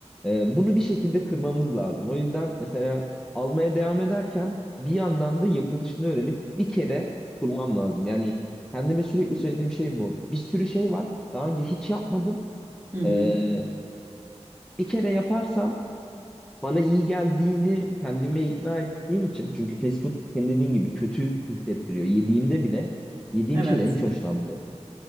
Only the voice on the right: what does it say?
Hı hı.
Evet.